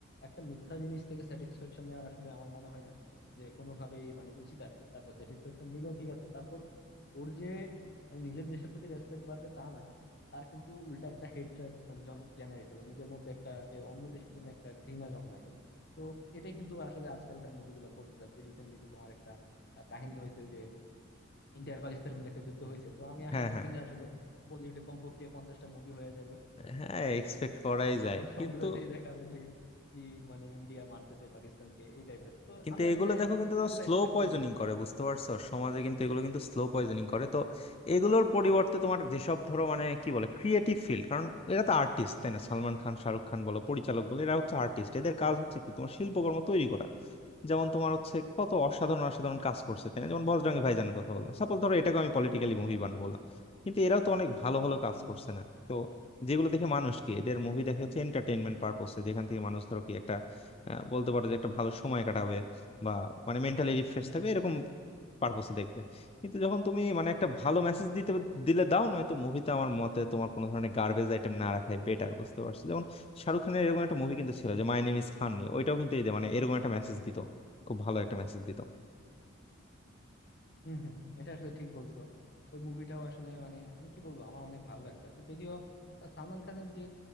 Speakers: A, on the left (about 50°); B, on the left (about 30°).
A: একটা মিথ্যা জিনিস থেকে স্যাটিসফ্যাকশন নেওয়ার আসলে আমার মনে হয় না যে কোনোভাবেই মানে উচিত আর কি তারপর স্যাটিসফ্যাকশন নিলেও ঠিক আছে তারপর ওর যে নিজের দেশের প্রতি রেসপেক্ট বাড়বে তা না তার কিন্তু উল্টা একটা হেট মানে জেনারেট হলো নিজের মধ্যে একটা যে অন্য দেশের জন্য একটা ঘৃণা জন্মাইলো তো এটাই কিন্তু আসলে আজকালকার মুভিগুলো করতে চাচ্ছে রিসেন্টলি তো তোমার একটা আহ, কাহিনী হয়েছে যে ইন্ডিয়া আর পাকিস্তান কিন্তু একটা যুদ্ধ হয়েছে তো আমি আশা
B: হ্যাঁ
A: করছি
B: হ্যাঁ
A: যে আসলে বলিউডে কমপক্ষে পঞ্চাশটা মুভি হয়ে যাব এটা
B: হ্যাঁ
A: নিয়ে
B: এক্সপেক্ট
A: শিওর
B: করাই
A: তারপর
B: যায়
A: সবগুলোতেই
B: কিন্তু
A: দেখাবে যে কি মানে ইন্ডিয়া মারতেছে পাকিস্তানকে এই টাইপের তো
B: কিন্তু
A: আমি আসলে
B: এগুলো দেখো কিন্তু
A: এগুলো
B: স্লো
A: এক্সপেক্ট
B: পয়জনিং
A: করি না আরকি
B: করে বুঝতে পারছো সমাজে কিন্তু এগুলো কিন্তু স্লো পয়জনিং করে তো এগুলোর পরিবর্তে তোমার যেসব ধরো মানে কি বলে ক্রিয়েটিভ ফিল্ড কারণ এরা তো আর্টিস্ট তাই না সালমান খান শাহরুখ খান বলো পরিচালক বলো এরা হচ্ছে আর্টিস্ট এদের কাজ হচ্ছে কি তোমার শিল্পকর্ম তৈরি করা যেমন তোমার হচ্ছে কত অসাধারণ অসাধারণ কাজ করছে তাই না যেমন বজরঙ্গী ভাইজানের কথা বললাম সাপোজ ধরো এটাকে আমি পলিটিক্যালি মুভি বান বললাম কিন্তু এরাও তো অনেক ভালো ভালো কাজ করছে না তো যেগুলো দেখে মানুষ কি এদের মুভি দেখে হচ্ছে এন্টারটেইনমেন্ট পারপোসে যেখান থেকে মানুষ ধরো কি একটা আহ, বলতে পারো যে একটা ভালো সময় কাটাবে বা মানে মেন্টালি রিফ্রেশ থাকবে এরকম পারপোসে দেখবে কিন্তু যখন তুমি মানে একটা ভালো মেসেজ দিতে দিলে দাও নয়তো মুভিতে আমার মতে তোমার কোনো ধরনের গার্বেজ আইটেম না রাখাই বেটার বুঝতে পারছো যেমন শাহরুখ খানের এরকম একটা মুভি কিন্তু ছিল যে মাই নেম ইজ খান নিয়ে ওইটাও কিন্তু এই যে মানে এরকম একটা মেসেজ দিত খুব ভালো একটা মেসেজ দিত
A: হম হম হম, এটা আসলে ঠিক বলছো ওই মুভিটাও আসলে মানে আমি কি বলবো আমার অনেক ভালো লাগছে আর কি। যদিও আহ, সালমান খানের যে